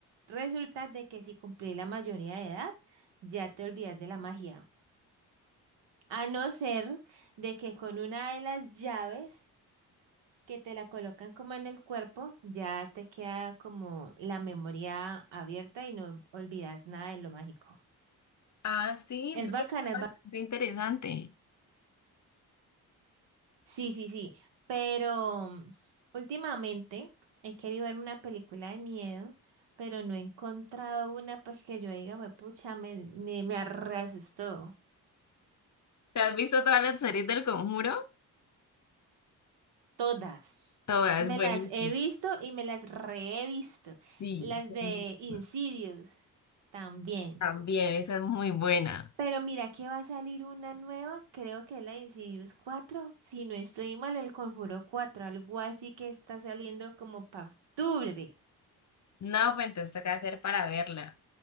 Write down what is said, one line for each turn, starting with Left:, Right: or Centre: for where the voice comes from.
Right: Resulta de que si cumplís la mayoría de edad, ya te olvidas de la magia. A no ser de que con una de las llaves que te la colocan como en el cuerpo, ya te queda como la memoria abierta y no olvidas nada de lo mágico.
Left: Ah, sí,
Right: Es bacana,
Left: ¿ves?
Right: es
Left: Ah,
Right: bacana.
Left: Qué interesante.
Right: Sí, sí, sí. Pero mm, últimamente he querido verme una película de miedo, pero no he encontrado una pues que yo diga, "Hue pucha, me, me, me reasustó.
Left: ¿Te has visto todas las series del Conjuro?
Right: Todas.
Left: Todas,
Right: Me
Left: buenísimo.
Right: las he visto y me las re he visto.
Left: Sí,
Right: Las
Left: buenísima.
Right: de Insidious también.
Left: También, esa es muy buena.
Right: Pero mira que va a salir una nueva, creo que es la de Insidious cuatro Si no estoy mal, el Conjuro cuatro algo así que está saliendo como para octubre.
Left: No, pues entonces toca hacer para verla.